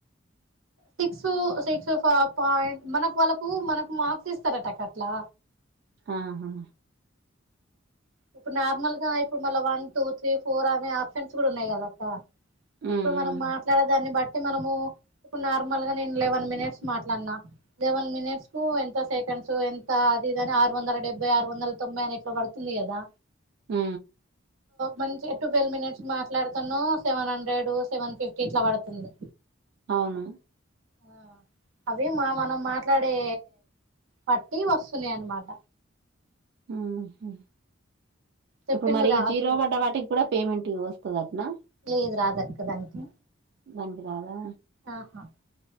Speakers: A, on the right; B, on the right.
A: సిక్స్ సిక్స్ ఫ పాయింట్ మనకు వాళ్ళకు మనకు మార్క్స్ ఇస్తారట అట్లా
B: ఆహా
A: ఇప్పుడు నార్మల్ గా ఇప్పుడు మళ్ళ వన్ టూ త్రీ ఫోర్ అనే ఆప్షన్స్ కూడా ఉన్నాయి కదాక్క
B: ఉమ్
A: ఇప్పుడు మనం మాట్లాడే దాన్ని బట్టి అతే మనము ఇడు నార్మల్ గా నేను లెవెన్ మినిట్స్ మాట్లాడినా లెవెన్ మినిట్స్ కు ఎంత సెకండ్స్ ఎంత అది ఇదిని ఆరు వందల డెబ్బై ఆరు వందల తొంభై అన ఎట్లు పడుతుంది కదా
B: ఆ
A: మంచి టు ట్వెల్వ్ మినిట్స్ మాట్లాడుతాను సెవెన్ హండ్రెడ్ సెవెన్ ఫిఫ్టీ ఇట్లా పడుతుంది
B: అవును
A: ఆ అవి మా మనం మాట్లాడే పట్టి వస్తున్నా అన్నమాట
B: ఉహు
A: చెప్పిండు
B: ఇప్పుడు మరి
A: రాదు
B: ఈ జీరో పడ్డ వాటికి కూడా పేమెంట్ ఇ వస్తుంది అటా
A: లేదు రాదక్క దానికి
B: దానికి రాదా
A: ఆహా